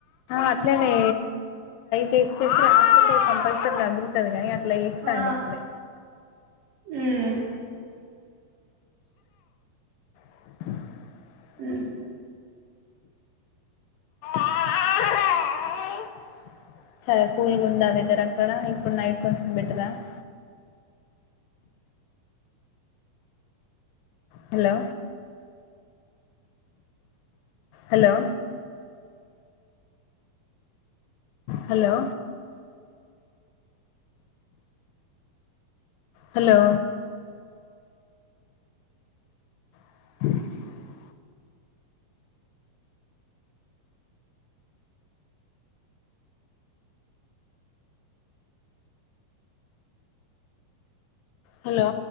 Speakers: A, on the left; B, on the right.
A: అట్లేనే చేసి ఆస్పత్ర కంపల్సరీగాగబులుతు గకనీ లేస్తా
B: ఆ
A: అండి ఇప్పుడె
B: ఉమ్
A: <inaudible>
B: ఉ
A: <inaudible> చాలా కూల్గ ఉందా వెదర్ అక్కడ ఇప్పుడు నైట్ కొంచెం పెట్టదా <inaudible> hello hello hello hello <inaudible> hello